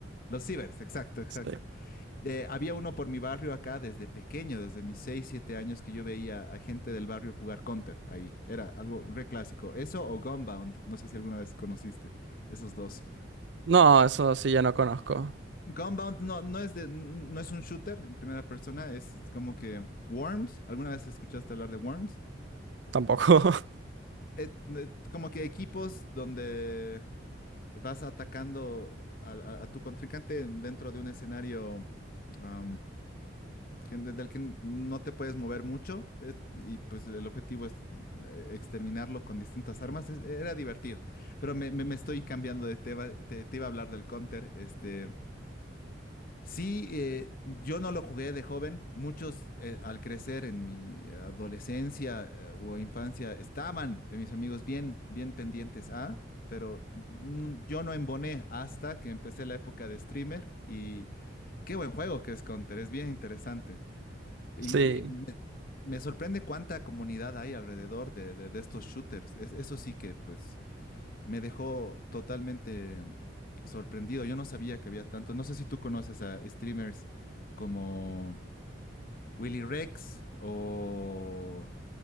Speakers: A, on the left; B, on the right.
A: Los cibers, exacto, exacto
B: Sí.
A: de- había uno por mi barrio acá desde pequeño, desde mis 6 7 años, que yo veía a gente del barrio jugar Counter ahí. Era algo re clásico. Eso o Gunbound, no sé si alguna vez conociste esos dos.
B: No, eso sí yo no conozco.
A: Gunbound no, no es de, no es un shooter en primera persona, es como que Worms. ¿Alguna vez escuchaste hablar de Worms?
B: Tampoco. <laughs>
A: Eh, eh, como que equipos donde vas atacando al- a, a tu contrincante dentro de un escenario. am, que, desde el que no te puedes mover mucho es- y pues el objetivo es eh, exterminarlo con distintas armas. es- era divertido, pero me, me- me estoy cambiando de tema. Te, te iba a hablar del Counter. Este, sí, eh, yo no lo jugué de joven. Muchos eh, al crecer en mi adolescencia eh, o infancia estaban de mis amigos bien, bien pendientes a... Pero mm, yo no emboné hasta que empecé la época de streamer y qué buen juego que es Counter, es bien interesante. Y,
B: Sí.
A: y me sorprende cuánta comunidad hay alrededor de, de- de estos shooters. Es- eso sí que pues me dejó totalmente sorprendido. Yo no sabía que había tanto. No sé si tú conoces a streamers como Willy Rex o